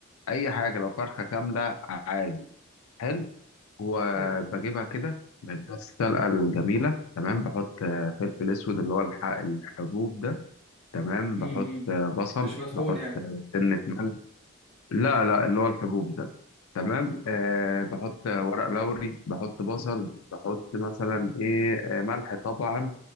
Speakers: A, on the left; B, in the centre.
A: أي حاجة لو فرخة كاملة عادي حلو وبجيبها
B: حلو
A: كده من السلقة الجميلة تمام بحط آه، فلفل أسود اللي هو الح- الحبوب ده تمام
B: امم
A: بحط آه، بصل
B: مش مطحون
A: بحط
B: يعني
A: آه، سنة ملح لا لا اللي هو الحبوب ده تمام
B: تمام
A: أه بحط آه، ورق لوري بحط بصل بحط مثلا إيه آه، ملح طبعا